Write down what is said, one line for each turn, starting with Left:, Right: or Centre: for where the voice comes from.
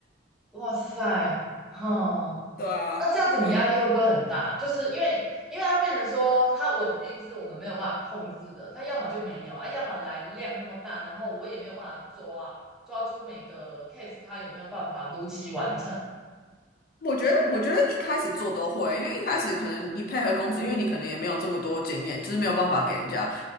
Centre: 哇塞，哈、
Left: 对啊，
Centre: 那这样子你压力会不会很大？
Left: 我
Centre: 就是因为，因为它变成说它稳定是我们没有办法控制的，它要么就没有啊，要么来量那么大，然后我也没有办法抓抓出每个 case 它有没有办法如期完成。
Left: 我觉得，我觉得一开始做都会，因为一开始可能你配合公司，
Centre: 嗯，
Left: 因为你可能也没有这么多经验，就是没有办法给人家